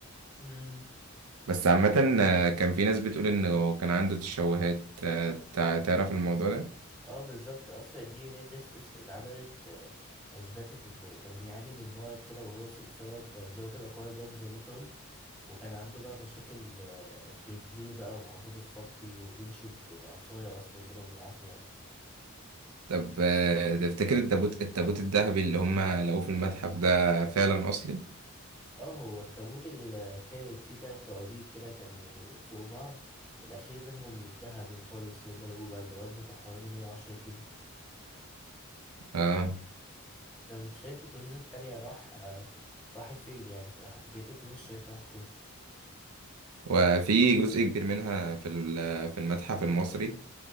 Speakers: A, in the centre; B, on the right (about 85°).
A: مم.
B: بس عامة آه، كان في ناس بتقول إنه كان عنده تشوهات آه، تع- تعرف الموضوع ده؟
A: اه بالظبط اصلا الدي ان اي تيست اللي اتعملت آه، اثبتت انه كان بيعاني من مرض كده وراثي بسبب زواج الاقارب يعني زي ما انت قلت وكان عنده بقى مشاكل آه، في رجليه بقى وعموده الفقري وبيمشي ب- بعصايه اصلا كده وبالعافيه يعني
B: طب آه، تفتكر التابوت التابوت الذهبي اللي هم لقوه في المتحف ده فعلا أصلي؟
A: اه هو التابوت التالت فيه تلات توابيت كده كانوا فوق بعض الاخير منهم الذهبي خالص اللي هم لقوه بقى اللي وزنه كان حوالي 110 كيلو
B: آه.
A: طب انت شايف الكنوز التانية راح آه، راحت فين يعني راح بيت الكنوز شايف راحت فين
B: وفي جزء كبير منها في ال- في المتحف المصري